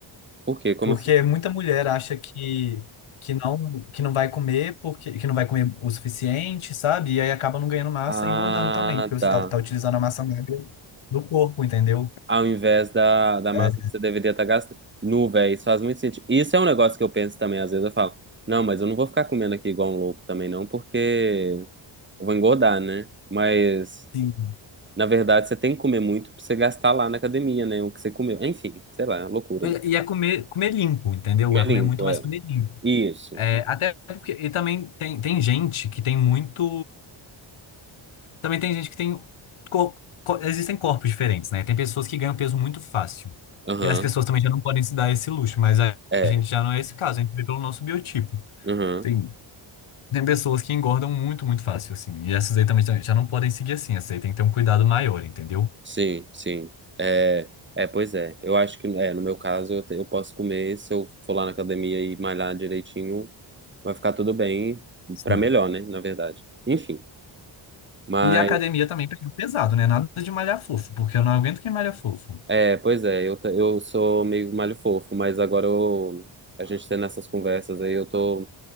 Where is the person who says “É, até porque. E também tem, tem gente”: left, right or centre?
Left